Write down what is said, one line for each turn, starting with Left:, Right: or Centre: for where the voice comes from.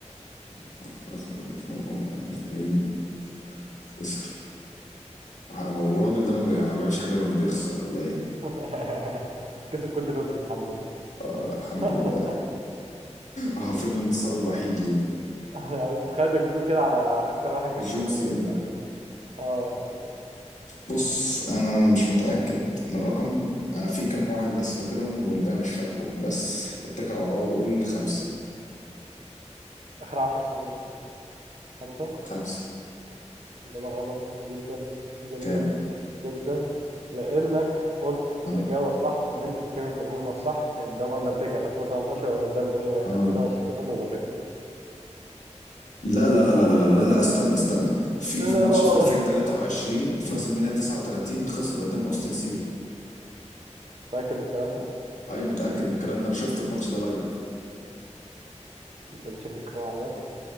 Left: 19 20 خسر هو الراجل ده ما بي- ما بيعملش حاجه غير انه بيخسر ولا ايه
Right: <laughs> بس كسب كودي رودز الحمد لله
Left: الحمد
Right: <laughs>
Left: لله حرفيا الانتصار الوحيد ليه
Right: يعني تخيلتك بتقول كده على اكتر واحد كسب
Left: جون
Right: راس
Left: سينا
Right: المنيا اساسا اه يعني
Left: بص انا مش متاكد من الرقم انا في كام واحد بس فاكرهم والباقي مش فاكره بس اتكل على الله واقول خمسه
Right: اخر 10 سنين خمسة
Left: خمسه
Right: إجابة غلط جدا جدا
Left: كام
Right: جدا لأنك قلت الإجابة
Left: اه
Right: الصح واللي أنت فاكرهم كانوا هم الصح قدام أندرتيكر 2018 وقدام بري وايت
Left: اه
Right: 2020 هما مرتين
Left: لا لا لا
Right: لا
Left: لا لا لا لا, لا استنى استنى في
Right: لا
Left: في ماتش
Right: لا
Left: في 2023
Right: لا.
Left: في راس الميناء 39 خسر قدام اوستن سيري
Right: متأكد من الكلام ده؟
Left: ايوه متاكد من الكلام ده انا شفت الماتش ده لايف
Right: أنت بتشكك في معلوماتي؟